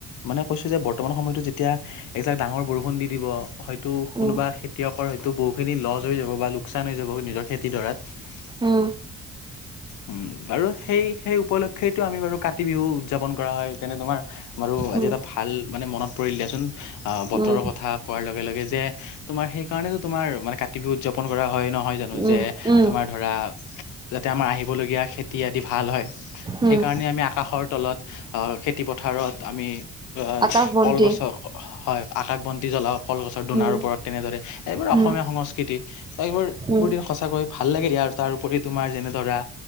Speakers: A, on the left; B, on the right.
A: মানে কৈছো যে বৰ্তমান সময়তো যেতিয়া এইজাক ডাঙৰ বৰষুণ দি দিব। হয়তো
B: উম,
A: কোনোবা খেতিয়কৰ হয়তো বহুখিনি লছ হৈ যাব বা লোকচান হৈ যাব নিজৰ খেতি কিডৰাত।
B: উম।
A: উম, বাৰু সেই সেই উপলক্ষেয়েটো আমি বাৰু কাতি বিহু উ-উদযাপন কৰা হয় যেনে তোমাৰ বাৰু আজি
B: উম
A: এটা ভাল মানে মনত পৰিল দিয়াচোন। আ, বতৰৰ
B: উম
A: কথা কোৱাৰ লগে লগে যে তোমাৰ সেইকাৰণেটো তোমাৰ মানে কাতি বিহু উদযাপন কৰা হয় ন'। হয় জানো
B: উম
A: যে
B: উম
A: তোমাৰ ধৰা যাতে আমাৰ আহিবলগীয়া খেতি আদি ভাল হয়।
B: উম
A: সেইকাৰণে আমি আকাশৰ তলত আউ, খেতি পথাৰত আমি গছ
B: আকাশ বন্তি
A: কলগছক হয় আতাক বন্তি জলাও কলগছৰ দোনাৰ
B: উম
A: ওপৰত তেনে দৰে এইবোৰ অসমীয়া
B: উম
A: সংস্কৃতি তাইবোৰ
B: উম
A: এবোৰ দিন সঁচাকৈ ভাল লাগে। দিয়াৰ তাৰ উপৰি তোমাৰ যেনে ধৰা